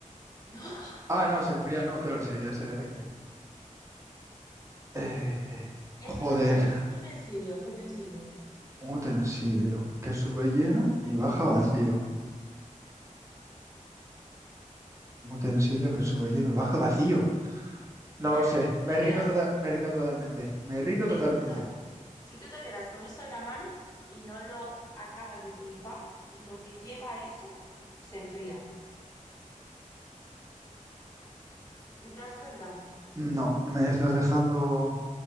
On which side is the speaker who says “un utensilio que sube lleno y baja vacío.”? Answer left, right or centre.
Right